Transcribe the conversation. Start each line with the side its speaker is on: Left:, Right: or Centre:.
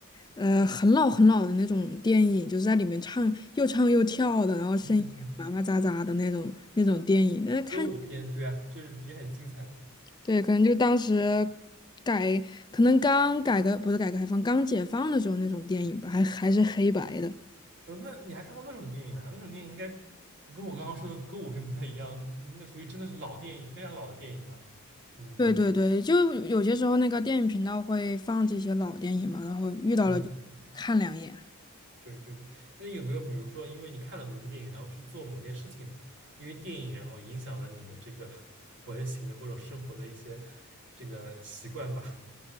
Left: 呃很老很老的那种电影，就是在里面唱又唱又跳的，然后声音也麻麻扎扎的那种那种电影，
Right: 嗯，嗯
Left: 那看
Right: 歌舞片，对啊，就是也很精彩。
Left: 对，可能就当时改，可能刚改革不是改革开放，刚解放的时候那种电影吧，还还是黑白的。
Right: 嗯，那你还看过那种电影呢？那种电影应该跟我刚刚说的歌舞片不太一样，那个属于真的是老电影，非常老的电影了。嗯
Left: 对嗯对对，就有些时候那个电影频道会放这些老电影嘛，然后遇到了就看两眼。
Right: 嗯。对对对，那有没有比如说，因为你看了某部电影，然后去做某件事情的，因为电影然后影响了你的这个 <laughs> 某些行为或者生活的一些这个习惯吧？